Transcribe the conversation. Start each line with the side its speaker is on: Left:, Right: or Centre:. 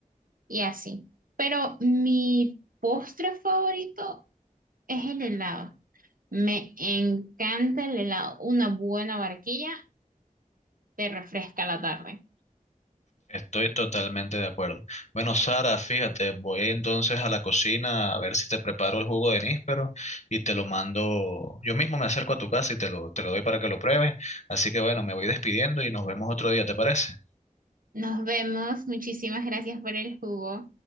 Right: y así. Pero mi postre favorito es el helado. Me encanta el helado. Una buena barquilla te refresca la tarde.
Left: Estoy totalmente de acuerdo. Bueno, Sara, fíjate, voy entonces a la cocina a ver si te preparo el jugo de níspero y te lo mando. Yo mismo me acerco a tu casa y te lo, te lo doy para que lo pruebes. Así que bueno, me voy despidiendo y nos vemos otro día, ¿te parece?
Right: Nos vemos. Muchísimas gracias por el jugo.